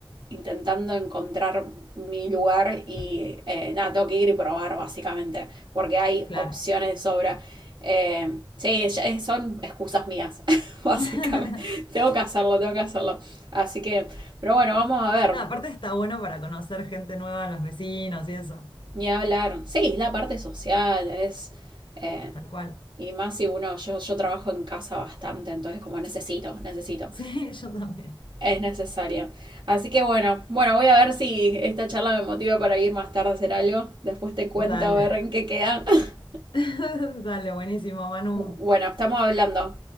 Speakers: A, on the right; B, on the left.
A: intentando encontrar mi lugar y eh, nada, tengo que ir y probar básicamente, porque hay
B: Claro.
A: opciones de sobra. Eh, sí, ya- eh, son excusas mías, <laughs> básicamente.
B: <laughs>
A: Tengo que hacerlo, tengo que hacerlo. Así que, pero bueno, vamos a ver,
B: No, aparte está bueno para conocer gente nueva, los vecinos y eso.
A: ni hablar. Sí, la parte social es... eh,
B: Tal cual.
A: Y más si uno, yo, yo trabajo en casa bastante, entonces como necesito, necesito,
B: Sí, <laughs> yo también.
A: es necesario. Así que bueno, bueno, voy a ver si esta charla me motiva para ir más tarde a hacer algo. Después te cuento
B: Dale.
A: a ver en qué queda. <laughs>
B: <laughs> Dale, buenísimo, Manu.
A: Bueno, estamos hablando.